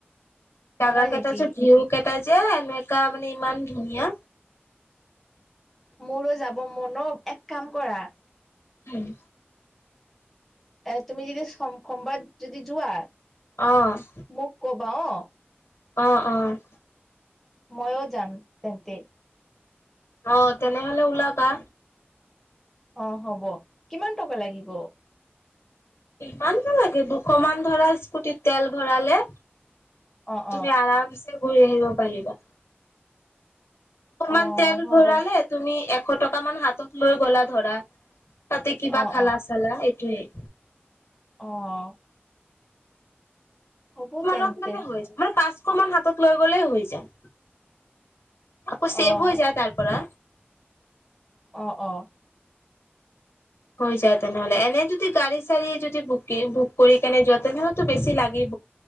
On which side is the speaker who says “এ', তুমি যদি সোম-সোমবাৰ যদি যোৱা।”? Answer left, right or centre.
Centre